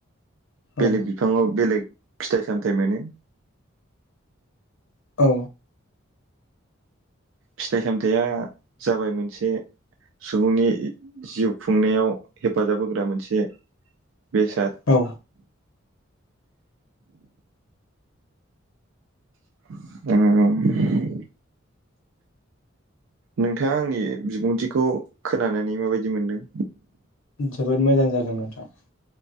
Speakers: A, on the right; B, on the left.
A: बेलेग
B: औ
A: बिफाङाव बेलेग फिथाइ सामथाइ मोनो।
B: औ।
A: फिथाइ सामथाइया जाबाय मोनसे सुबुंनि जिउ खुंनायाव हेफाजाब होग्रा मोनसे बेसाद।
B: औ।
A: <unintelligible> नोंथाङा आंनि बिबुंथिखौ खोनानानै माबायदि मोनदों?
B: जोबोद मोजां जादों नोंथां।